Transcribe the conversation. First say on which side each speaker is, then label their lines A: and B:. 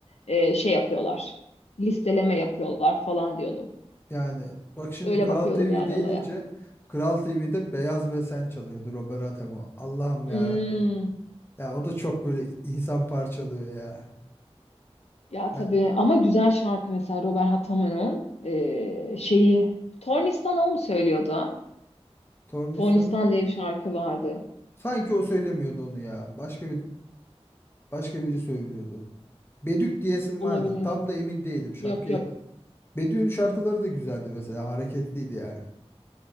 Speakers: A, on the left; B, on the left.
A: e, şey yapıyorlar. Listeleme yapıyorlar falan diyordum.
B: Yani bak şimdi
A: Öyle
B: Kral
A: bakıyordum
B: TV
A: yani
B: deyince
A: olaya.
B: Kral TV'de Beyaz ve Sen çalıyordu Robert Atamo. Allah'ım
A: Hmm,
B: ya Rabbi. Ya o da çok böyle insan parçalıyor ya.
A: ya tabii
B: Ha,
A: ama güzel şarkı mesela Robert Hatamo'nun e, şeyi. Tornistan o mu söylüyordu?
B: Tornistan'ı
A: Tornistan diye bir şarkı vardı.
B: sanki o söylemiyordu onu ya. Başka bir başka biri söylüyordu. Bedük diyesim
A: Olabilir.
B: vardı. Tam da emin değilim şarkıya.
A: Yok yok.
B: Bedük'ün şarkıları da güzeldi mesela hareketliydi ya.